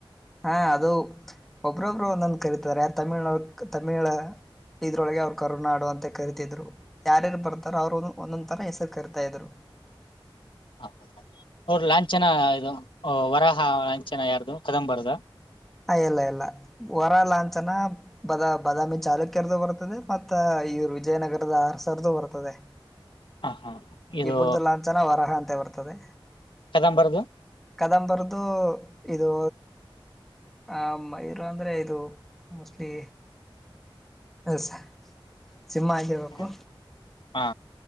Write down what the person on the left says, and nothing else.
ಹೌದು ಅವ್ರ್ ಲಾಂಛನ ಇದು ವರಹ ಚೆನ ಯಾರ್ದು ಕದಂಬರ್ಧ?
ಹ ಹಾ ಇದು
ಕದಂಬರ್ದು?
ಹ ಹಾ